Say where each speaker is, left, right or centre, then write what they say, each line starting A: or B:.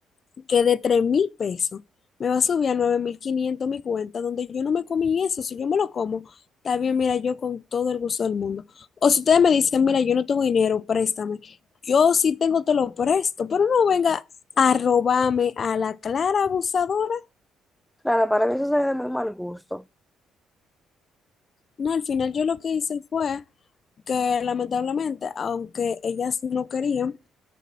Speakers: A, on the left; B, in the centre.
A: que de 3 mil pesos me va a subir a 9.500 mi cuenta donde yo no me comí eso? Si yo me lo como, está bien, mira, yo con todo el gusto del mundo. O si ustedes me dicen, mira, yo no tengo dinero, préstame. Yo sí tengo, te lo presto, pero no venga a robarme a la clara abusadora.
B: claro, para mí eso sería de muy mal gusto.
A: No, al final yo lo que hice fue que lamentablemente, aunque ellas no querían,